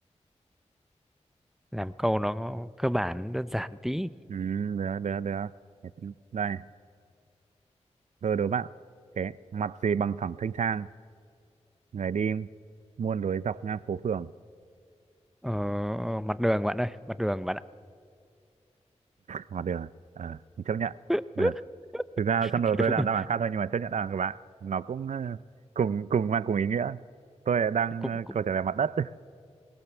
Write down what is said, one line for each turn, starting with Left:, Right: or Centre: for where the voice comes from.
Centre: làm câu nó cơ bản đơn giản tí
Right: ừm, được được được đây tôi đố bạn cái mặt gì bằng phẳng thanh thang người đi muôn lối dọc ngang phố phường
Centre: Ờ, mặt đường bạn ơi, mặt đường bạn ạ.
Right: mà được ờ mình chấp nhận
Centre: <laughs>
Right: được thực ra trong đầu
Centre: Thì
Right: tôi
Centre: đúng,
Right: là
Centre: rồi,
Right: đáp án khác thôi nhưng mà chấp nhận đáp án của bạn nó cũng ờ, cùng cùng mang cùng ý nghĩa tôi là đang
Centre: cũng
Right: ờ,
Centre: cũng
Right: câu trả lời mặt đất